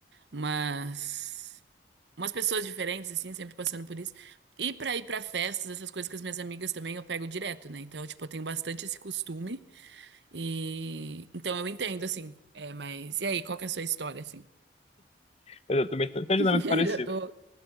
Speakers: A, on the right (about 75°); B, on the left (about 35°).
A: umas. umas pessoas diferentes, assim, sempre passando por isso. E pra ir pra festas, essas coisas com as minhas amigas também eu pego direto, né? Então, tipo, eu tenho bastante esse costume. E. Então eu entendo, assim. É, mas. E aí, qual que é a sua história, assim?
B: Mas eu também tenho
A: <laughs>
B: tenho uma dinâmica
A: Eu
B: parecida.
A: já tô.